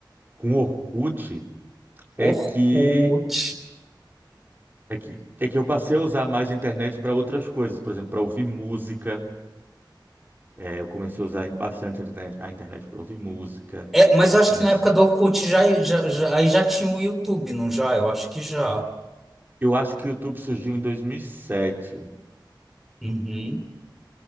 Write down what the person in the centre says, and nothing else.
Orkut.
É, mas eu acho
que na época do Orkut já, já, já, aí já tinha o YouTube, não já? Eu acho que já.
Uhum.